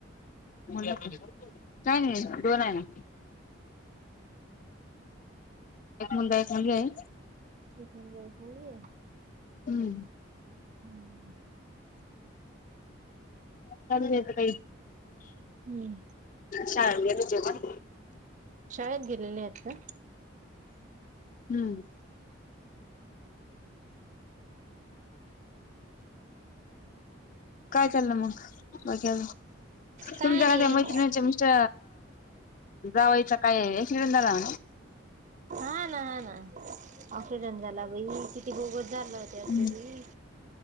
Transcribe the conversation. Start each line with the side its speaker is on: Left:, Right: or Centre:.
Left: का नाही दोन आहे ना. एक मुलगा, एक मुलगी आहे.
Right: एक मुलगा एक मुलगी
Left: हम्म
Right: हम्म
Left: चालू येत काही.
Right: हम्म
Left: शान विज पण
Right: शाळेत गेलेले आहेत का?
Left: हम्म काय चाललं मग बघ्या?
Right: काय
Left: तुमच्या
Right: नाही
Left: ना त्या मैत्रिणीचे मिस्टर जावायचं काय एक्सिडेंट झाला?
Right: हा ना हा ना ऑक्सिडेंट झाला भाई किती गोगत झालं होत असी.
Left: हम्म